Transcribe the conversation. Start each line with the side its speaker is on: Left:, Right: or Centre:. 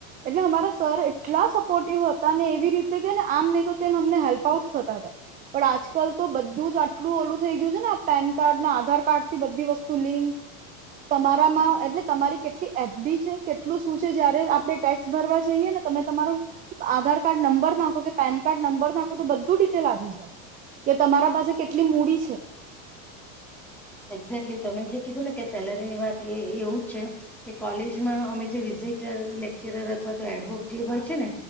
Right: એટલે હું અમારા સર એટલા સપોર્ટિવ હતા અનેને એવી રીતે કેને આમ નહી તો તેમ અમને હેલ્પ આઉટ થતા હતા. પણ આજકાલ તો બધું જ આટલું ઓલું થઈ ગયું છે ને. પેન કાર્ડ ના આધાર કાર્ડ થી બધી વસ્તુ લિંક તમારામાં એટલે તમારી કેટલી એફડી છે કેટલું શું છે જયારે આપડણે ટેક્સ ભરવા જઈએ ને. તમે તમારું આધાર કાર્ડ નંબર નાખો કે પેન કાર્ડ નંબર નાખો તો બધું ડિટેલ આવી જાય કે તમારા પાસે કેટલી મૂડી છે.
Centre: એક્ઝેક્ટલી તમે જે કીધું ને કે સેલરીની વાત એ એ એવું જ છે કે કોલેજમાં અમે જે. લેક્ચરર અથવા તો એડવોક જે હોય છે ને